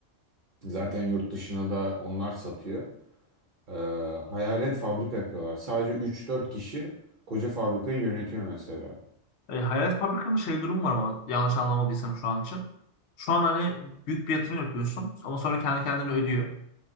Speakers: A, on the right (about 50°); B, on the left (about 70°).
A: Zaten yurt dışına da onlar satıyor. Ee, hayalet fabrika yapıyorlar. Sadece üç dört kişi koca fabrikayı yönetiyor mesela.
B: E, Hayat Fabrika'nın şey durumu var ama yanlış anlamadıysam şu an için. Şu an hani büyük bir yatırım yapıyorsun ama sonra kendi kendine ödüyor.